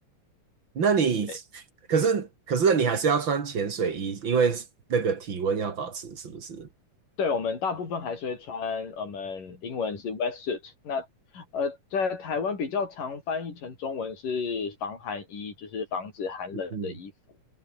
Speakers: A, on the right; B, on the left.
A: 那你
B: 对。
A: 可是可是你还是要穿潜水衣，因为那个体温要保持，是不是？
B: 对，我们大部分还是会穿，我们英文是 wetsuit。那呃，在台湾比较常翻译成中文是防寒衣，就是防止寒冷的衣服。
A: 嗯，